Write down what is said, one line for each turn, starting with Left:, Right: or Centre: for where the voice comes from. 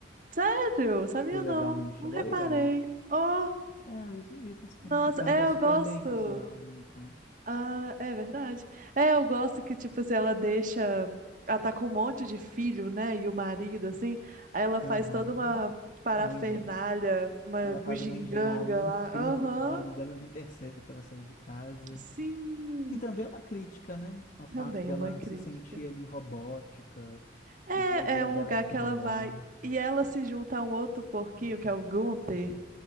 Right: Sério? Sabia
Left: Do Legalmente
Right: não. Não
Left: Loira?
Right: reparei. Oh,
Left: É a Reese Witherspoon,
Right: nossa,
Left: que canta
Right: é,
Left: super
Right: eu gosto.
Left: bem, por sinal, né? Então,
Right: Ah, é verdade. É, eu gosto que, tipo, assim, ela deixa. Ela tá com um monte de filho, né? E o marido, assim. Aí ela
Left: aham.
Right: faz toda uma parafernália,
Left: Uma engen-
Right: uma
Left: Ela
Right: bugiganga
Left: faz uma engenharia incrível
Right: lá. Aham.
Left: que o marido dela nem percebe que ela saiu de casa.
Right: Sim.
Left: Que também é uma crítica, né? Ao fato
Right: Também
Left: dela
Right: é uma crítica.
Left: se sentir ali robótica.
Right: É,
Left: O dia a dia
Right: é um
Left: dela
Right: lugar
Left: é muito
Right: que
Left: robô.
Right: ela vai. E ela se junta a um outro porquinho, que é o Gunther,